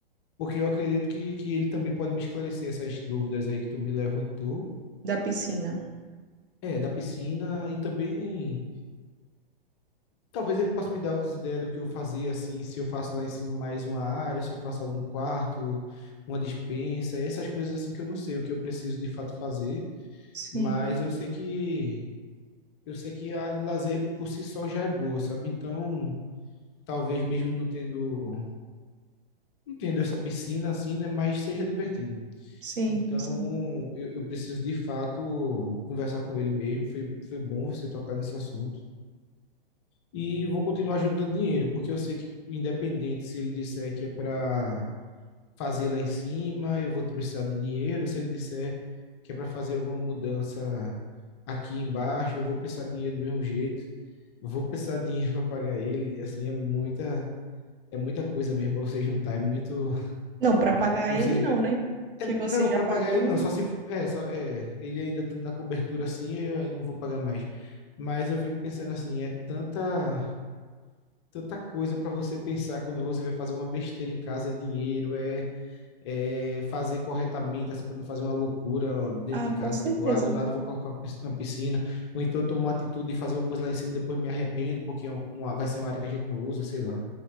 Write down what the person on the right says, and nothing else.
da piscina.
Sim,
sim,
sim.
Não, para pagar
ele
não, né?
Que
você já
pagou,
né?
Ah,
com
certeza.